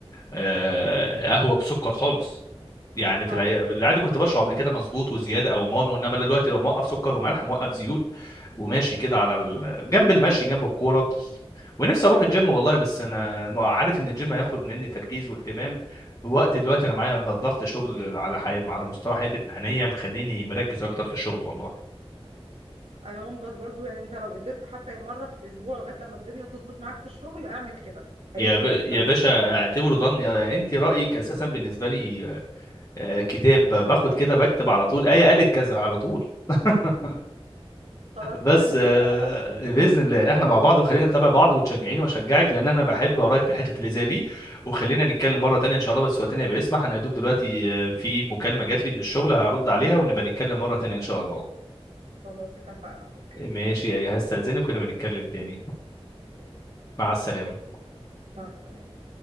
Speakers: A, on the left; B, on the right.
A: آه، قهوه بسكر خالص يعني في
B: اه
A: العي- العادي كنت بشرب قبل كده مظبوط وزياده او مانو انما أنا دلوقتي لو موقف سكر وملح موقف زيوت وماشي كده على ال... جنب المشي جنب الكوره ونفسي اروح الجيم والله بس انا ما عارف ان الجيم هياخد مني تركيز واهتمام في وقت دلوقتي انا معايا ضغط شغل على حي... على مستوى حياتي المهنيه مخليني مركز اكتر في الشغل والله
B: انا هم بس برضو يعني انت لو قدرت حتى مره في الاسبوع لغايه لما الدنيا تظبط معاك في الشغل اعمل كده هيفرق
A: يا ب... يا
B: جدا معاك
A: باشا اعتبره ضن يا انت رايك اساسا بالنسبه لي آه، كتاب باخد كده بكتب على طول ايه قالت كذا على طول <laughs>
B: خلاص
A: بس
B: يبقى ننزل
A: آه،
B: سوا بقى
A: باذن
B: <laughs>
A: الله احنا مع بعض وخلينا نتابع بعض وتشجعيني واشجعك لان انا بحب اراك في الحتت اللي زي دي وخلينا نتكلم مره تانية ان شاء الله بس وقتنا يبقى يسمح انا يا دوب دلوقتي آه، في مكالمه جات لي من الشغل هرد عليها ونبقى نتكلم مره تانية ان شاء الله
B: خلاص اتفقنا اوكي
A: ماشي يا هستاذنك ونبقى نتكلم تاني
B: ماشي
A: مع السلامه
B: مع السلامه